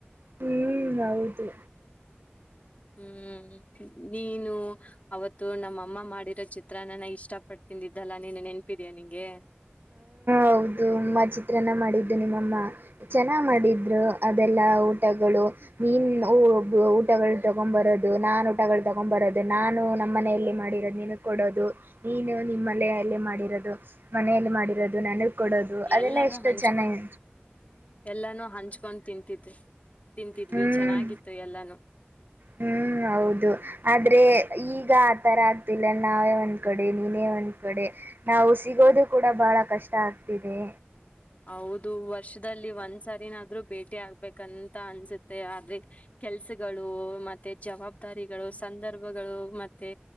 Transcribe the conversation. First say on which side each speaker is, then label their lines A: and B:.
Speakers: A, on the right; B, on the left.
A: ಹ್ಮ್ ಹೌದು
B: ಹ್ಮ್ ನೀನು ಅವತ್ತು ನಮ್ಮಅಮ್ಮ ಮಾಡಿರೋ ಚಿತ್ರಾನ್ನ ಇಷ್ಟಪಟ್ಟ ತಿಂದಿದ್ದಲ್ಲಾ ನೀನು ನೆನ್ಪಿದಯಾ ನಿಂಗೆ
A: ಹೌದುಮ್ಮ ಚಿತ್ರಾನ್ನ ಮಾಡಿದ್ದು ನಿಮ್ಮಮ್ಮ ಚೆನ್ನಾಗ ಮಾಡಿದ್ರು ಅದೆಲ್ಲ ಊಟಗಳು ನೀನ್ ಊಟಗಳು ತಗೊಂಡ್ ಬರದು ನಾನ್ ಊಟಗಳು ತಗೊಂಡ್ ಬರೋದು ನಾನು ನಮ್ಮ ಮನಲ್ಲ ಮಾಡಿರೋದು ನಿನಗೆ ಕೊಡೋದು ನೀನು ನಿಮ್ಮ ಮನಲ್ಲ ಮಾಡಿರೋದು ಮನೆಯಲ್ಲಿ ಮಾಡಿರೋದು ನನಗ್ ಕೊಡೋದು ಅದೆಲ್ಲ
B: ಎಲ್ಲಾನೂ
A: ಎಷ್ಟು
B: ಹಂಚ್ಕೊಂಡ
A: ಚೆನ್ನಾಗಿ
B: ಎಲ್ಲಾನೂ ಹಂಚ್ಕೊಂಡ್ ತಿಂತಿದ್ದೆ ತಿಂತಿದ್ವಿ
A: ಹ್ಮ್
B: ಚೆನ್ನಾಗಿತ್ತು ಎಲ್ಲಾನೂ
A: ಹ್ಮ್ ಹೌದು ಆದ್ರೆ ಈ ಈಗ ಆ ತರ ಆಗ್ತಿಲ್ಲ ನಾವೇ ಒಂದ್ ಕಡೆ ನೀನೇ ಒಂದ್ ಕಡೆ ನಾವು ಸಿಗೋದು ಕೂಡ ಕಡ ಬಹಳ ಕಷ್ಟ ಆಗ್ತಿದೆ
B: ಹೌದು ವರ್ಷದಲ್ಲಿ ಒಂದ್ಸಾರಿನಾದ್ರೂ ಭೇಟಿ ಆಗ್ಬೇಕಂತ ಅನ್ಸುತ್ತೆ ಆದೆ ಕೆಲ್ಸಗಳು ಮತ್ತೆ ಜವಾಬ್ದಾರಿಗಳು ಸಂದರ್ಭಗಳು ಮತ್ತೆ